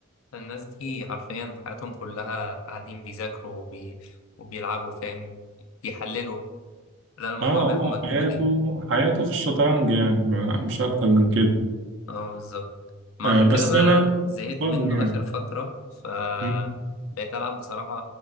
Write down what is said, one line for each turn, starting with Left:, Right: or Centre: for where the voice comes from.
Left: الناس دي حرفيا حياتهم كلها قاعدين بيذاكروا وبي... وبيلعبوا فاهم بيحللوا لا الموضوع
Right: اه هو
Left: بياخد مجهود
Right: حياته
Left: يعني.
Right: حياته في الشطرنج يعني ما مش اكتر من كده
Left: اه بالظبط ما
Right: آه
Left: عشان
Right: بس
Left: كده بقى
Right: انا
Left: زهقت
Right: فن
Left: منه
Right: يعني
Left: آخر فترة ف
Right: مم.
Left: بقيت ألعب بصراحة